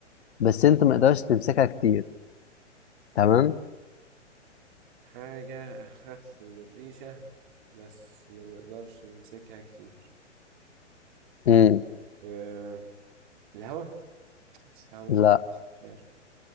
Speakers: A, on the left; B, on the right.
A: بس انت ما تقدرش تمسكها كتير تمام
B: حاجة أخف من الريشة بس ما نقدرش نمسكها كتير
A: امم
B: آه، الهواء بس الهواء
A: لا
B: مش بتمسك مش عارف